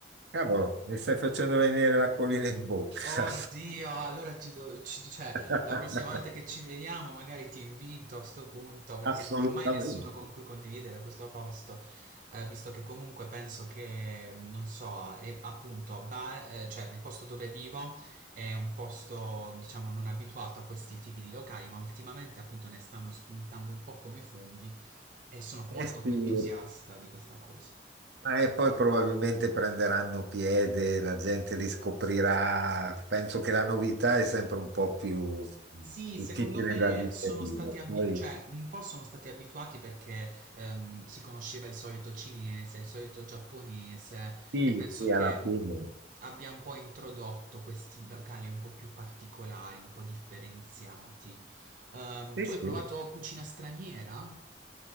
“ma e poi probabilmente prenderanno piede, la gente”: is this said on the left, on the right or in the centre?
Right